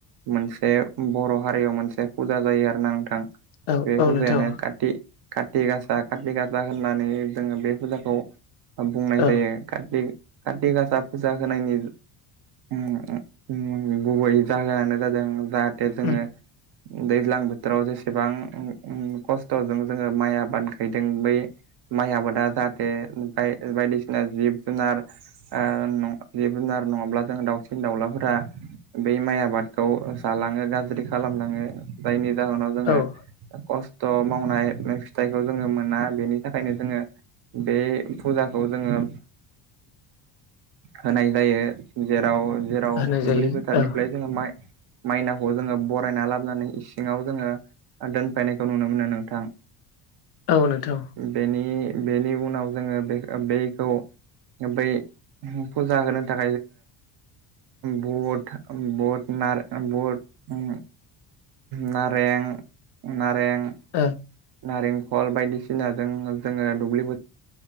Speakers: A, on the right; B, on the left.
A: मोनसे बर हारियाव मोनसे फुजा जायो आरो ना नोंथां।
B: औ
A: बे
B: औ
A: फुजायानो
B: नोंथां
A: काति काति गासा काति गासा होननानै जोङो बे फुजाखौ बुंनाय
B: औ
A: जायो काति काति गासा फुजा होनायनि उम उम गुबैयै जाहोनानो जों जाहाथे जोङो
B: उम
A: दैज्लां बोथोराव जेसेबां खस्थजों जोङो माइ आबाद गायदों बै माइ आबादा जाहाथे बाय बायदिसिना जिब जुनार ओ न जिब जुनार नङाब्ला जों दाउसिन दाउलाफोरा बै माइ आबाद खौ जालाङो गाज्रि खालामलाङो जायनि जाहोनाव जोङो
B: औ
A: खस थ मावनाय फिथाइखौ जोङो मोना बेनि थाखायनो जोङो बे फुजाखौ जोङो होनाय जायो जेराव जेराव
B: होनाय
A: दुब्लि
B: जायो
A: फोथारनिफ्राय
B: औ
A: जोङो माइ मायनावखौ जोङो बरायना लाबनानै इसिङाव जोङो दोनफैनायखौ नुनो मोनो नोंथां
B: औ नोंथां
A: बेनि बेनि उनाव जोङो बेख बैखौ बै फुजा होनो थाखाय ओ जोङो बत उम बत नार उम बत उम नारें नारें
B: औ
A: नारें खल बायदिसिनाजों जोङो दुब्लिबो